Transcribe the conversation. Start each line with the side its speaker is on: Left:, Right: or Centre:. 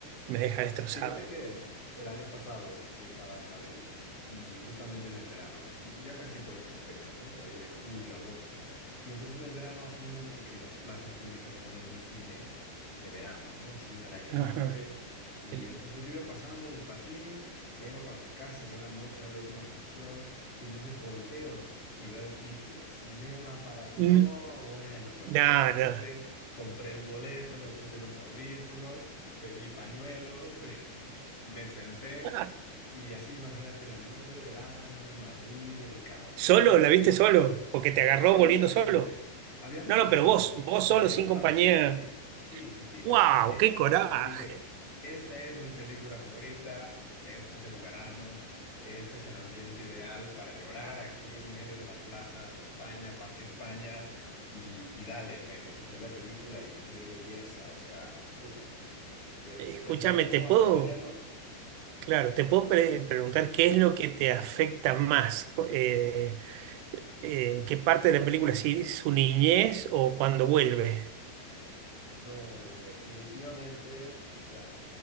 Right: me deja destrozado.
Left: Fíjate que el año pasado yo estaba en Madrid y justamente en el verano, ya casi por estas fechas, ¿no? Por ahí de julio, agosto. Y entonces en el verano hacen mucho que en las plazas públicas ponen un cine de verano, ¿no? Cine al aire
Right: Ajá.
Left: libre. Y
Right: Qué lindo.
Left: entonces yo iba pasando en el patín, ya iba para la casa, ya era noche, era la última función. Y entonces volteo y veo el título, Cinema para... No,
Right: Mm,
Left: bueno, pues
Right: No,
Left: me detuve,
Right: no.
Left: compré el boleto, me puse los audífonos pedí pañuelos <laughs> Me senté
Right: Ah,
Left: y así, imagínate, en la noche de verano en Madrid, el calorcito,
Right: ¿Solo? ¿La viste solo?
Left: refresco.
Right: ¿Porque
Left: O
Right: te agarró
Left: sea, había
Right: volviendo
Left: mucha
Right: solo?
Left: gente, había mucha
Right: No, no,
Left: gente,
Right: pero vos, vos
Left: pero
Right: solo,
Left: yo
Right: sin
Left: estaba
Right: compañía.
Left: solo, sí, sí, sí, sí. Me
Right: ¡Wow!
Left: senté
Right: ¡Qué coraje!
Left: y dije, esta es mi película favorita, este es el verano, este es el ambiente ideal para llorar aquí en medio de la plaza de España, Parque España, y, y dale, me, me chuté la película y qué belleza, o sea, uff, qué belleza.
Right: Escúchame,
Left: Terminó como
Right: ¿te puedo,
Left: a la medianoche.
Right: claro, te puedo pre- preguntar qué es lo que te afecta más? Eh, eh, ¿qué parte de la película? ¿Si su niñez o cuando vuelve?
Left: No, no, definitivamente, o sea,